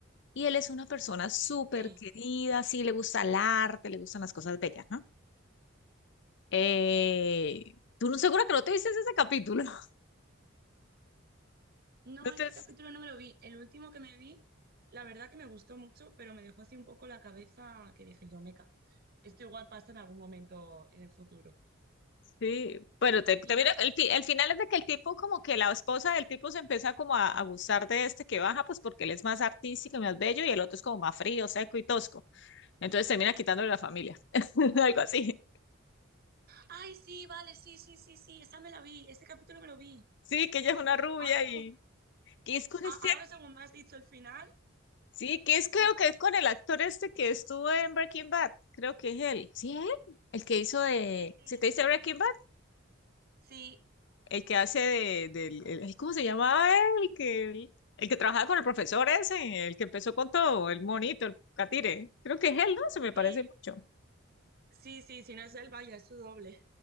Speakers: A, on the left (about 60°); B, on the right (about 50°).
A: Y él es una persona súper
B: Sí.
A: querida, sí, le gusta el arte, le gustan las cosas bellas, ¿no? Eh, tú no seguro que no te viste ese capítulo. <laughs>
B: No,
A: Entonces,
B: ese capítulo no me lo vi. El último que me vi, la verdad que me gustó mucho, pero me dejó así un poco la cabeza que dije yo, meca. Esto igual pasa en algún momento en el futuro.
A: sí, bueno, te, te
B: Y nada.
A: miras- el, fi- el final es de que el tipo, como que la esposa del tipo se empieza como a, a gustar de este que baja, pues porque él es más artístico y más bello y el otro es como más frío, seco y tosco. Entonces termina quitándole la familia, <laughs> algo así.
B: Ay, sí, vale, sí, sí, sí, sí. Esa me la vi. Ese capítulo me lo vi.
A: Sí, que ella es una rubia
B: Ahora
A: y,
B: según,
A: ¿Qué es con
B: a-
A: este?
B: ahora
A: ac-
B: según me has dicho el final.
A: Sí, que
B: Sí,
A: es
B: sí,
A: creo
B: sí.
A: que es con el actor este que estuvo en Breaking Bad. Creo que es él. Sí, él. El que hizo de.
B: Sí, sí.
A: ¿Se te dice Breaking Bad?
B: Sí,
A: El que hace de, del. el- ay, ¿cómo se llamaba él? El que, el que trabajaba con el profesor ese, el que empezó con todo, el monito, el catire. Creo que es él, ¿no? Se me
B: sí.
A: parece mucho.
B: Sí, sí, si no es él, vaya, es su doble.